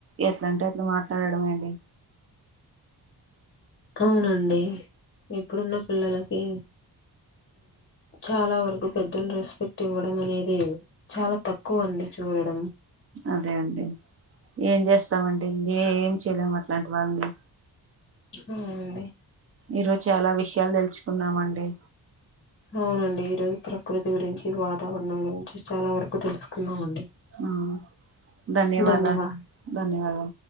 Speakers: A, on the right; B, on the left.
A: ఎట్లా అంటే అట్లా మాట్లాడడం అండి
B: అవునండి ఇప్పుడున్న పిల్లలు ఈ చాలా వరకు పెద్దలు రెస్పెక్ట్ ఇవ్వడం అనేది చాలా తక్కువ అండి చూడడం
A: అదే అండి ఏం చేస్తామండి ఏం చేయలేము అట్లాంటి వాళ్ళని
B: ఉనండి
A: ఈరోజు చాలా విషయాలు తెలుసుకున్నామండి
B: అవునండి ఈరోజు ప్రకృతి గురించి వాతావరణం గురించి చాలా వరకు తెలుసుకున్నామండి
A: ఆ ధన్యవాదా
B: ధన్యవాద
A: ధన్యవాదాలు